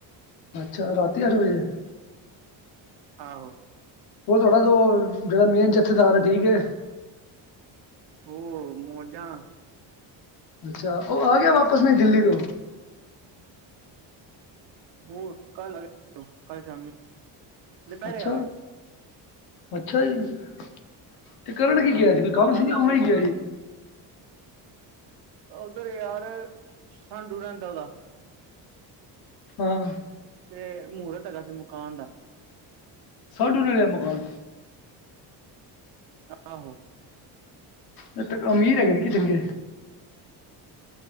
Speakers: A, on the left (about 60°); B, on the right (about 70°).
A: ਅੱਛਾ ਰਾਤੀ ਅੱਠ ਵਜੇ
B: ਆਹੋ
A: ਉਹ ਥੋੜਾ ਜੋ ਜਿਹੜਾ ਮੇਨ ਜਥੇਦਾਰ ਠੀਕ ਏ।
B: ਹੋਰ ਮੌਜਾ
A: ਅੱਛਾ ਉਹ ਆ ਗਿਆ ਵਾਪਸ ਨੇ ਦਿੱਲੀ
B: ਮੋਜਾਂ
A: ਤੋਂ
B: ਹੋਰ ਕੱਲ ਆ ਗਏ ਕੱਲ ਸ਼ਾਮੀ ਦੁਪਹਿਰੇ
A: ਅੱਛਾ
B: ਆ ਗਏ ਸੀ।
A: ਅੱਛਾ ਜੀ ਤੇ ਕਰਨ ਕੀ
B: ਹਾਂ
A: ਗਿਆ ਸੀ ਕੋਈ ਕੰਮ
B: ਕੱਲ
A: ਸੀ
B: ਰਾਤੀ
A: ਜਾ ਉਵੇ ਹੀ ਗਿਆ ਸੀ।
B: ਉਧਰ ਯਾਰ ਸਾਂਡੂ ਰਹਿੰਦਾ ਉਹਦਾ
A: ਹਾਂ।
B: ਤੇ ਮਹੂਰਤ ਹੈਗਾ ਸੀ ਮਕਾਨ ਦਾ
A: ਸਾਂਢੂ ਨੇ ਲਿਆ ਮਕਾਨ
B: ਆਹੋ
A: ਇਹ ਤਾ ਅਮੀਰ ਹੈਗੇ ਨੇ ਕੀ ਚੰਗੇ